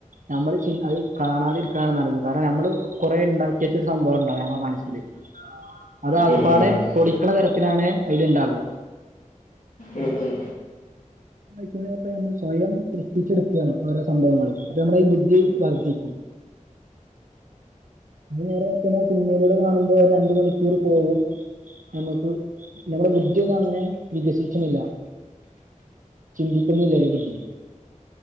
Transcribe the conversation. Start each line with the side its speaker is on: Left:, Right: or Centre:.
Right: നമ്മള് അത് കാണാതിരിക്കാണ് നല്ലത് കാരണം നമ്മള് കുറേ ഉണ്ടാക്കിവച്ച ഒരു സംഭവം ഉണ്ടാവും നമ്മുടെ മനസ്സില് അതാകപ്പാടെ
Left: ഉം ഉം
Right: പൊളിക്കണ തരത്തിലാണ് അയ്ല് ഉണ്ടാവുക
Left: ഉം ഉം
Right: അയ്ക്കൂടെ ഇപ്പനമ്മൾ സ്വയം സൃഷ്ടിച്ചെടുക്കയാണ് ഓരോ സംഭവങ്ങളും അപ്പ നമ്മൾ ഈ ബുദ്ധി വർദ്ധിക്കു കു അത് നേരെ മർച്ചമ്മള് സിൻമയിലൂടെ കാണുമ്പോ രണ്ടു മണിക്കൂർ പോവും ഞമ്മക്ക് ഞമ്മടെ ബുദ്ധിയൊന്നും അങ്ങനെ വികസിച്ച്ണ്‌ല്ല ചിന്തിക്കുന്നില്ലല്ല ബുദ്ധി